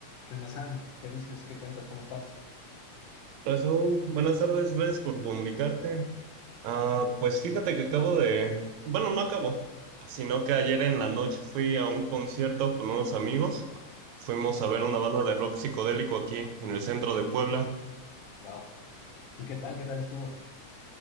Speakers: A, on the left; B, on the right.
A: ¿Qué onda, Sam? ¿Qué dices? ¿Qué cuentas? ¿Cómo estás?
B: Hola, Saúl. buenas tardes, gracias por comunicarte. Ah, pues fíjate que acabo de, bueno, no acabo, sino que ayer en la noche fui a un concierto con unos amigos. Fuimos a ver una banda de rock psicodélico aquí en el centro de Puebla.
A: Wow. ¿Y qué tal? ¿Qué tal estuvo?